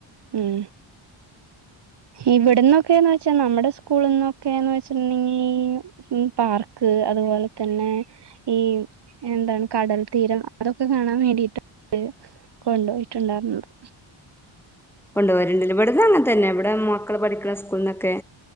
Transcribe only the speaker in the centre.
കൊണ്ടോവല്ണ്ട്ലെ ഇവിടന്നങ്ങൻ തന്നെ ഇവിടെ മക്കൾ പഠിക്ക്ണ സ്‌ ക്കുള്ന്നൊക്കെ